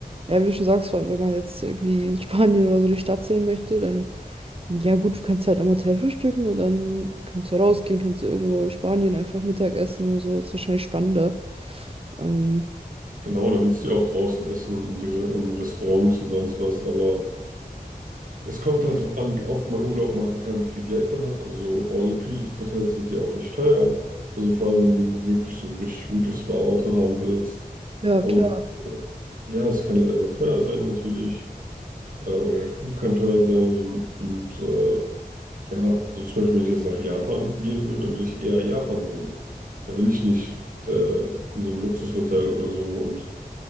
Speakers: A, on the right; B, on the right.
A: ja, wie du schon sagst, vor allem, wenn man jetzt irgendwie in Spanien oder so die Stadt sehen möchte, dann Ja gut, du kannst halt am Hotel frühstücken und dann kannst du rausgehen, kannst du irgendwo in Spanien einfach Mittag essen und so. Ist wahrscheinlich spannender. Ähm,
B: Genau, dann willst du ja auch draußen essen und in Re- in Restaurants und sonst was, aber Es kommt halt darauf an, wie oft man Urlaub machen kann, wie viel Geld man hat. Also so All-Inclusive-Hotels sind ja auch recht teuer. Also vor allem, wenn du wirklich so richtig gutes Spa-Auto haben willst.
A: ja,
B: Und
A: klar.
B: äh, ja, es kann halt einfach teuer sein natürlich. Äh, oder der Flug kann teuer sein. Und, und äh, ja, also zum Beispiel, wenn ich jetzt nach Japan gehen würde, dann will ich eher Japan sehen. Da will ich nicht äh, in so einem Luxushotel oder so und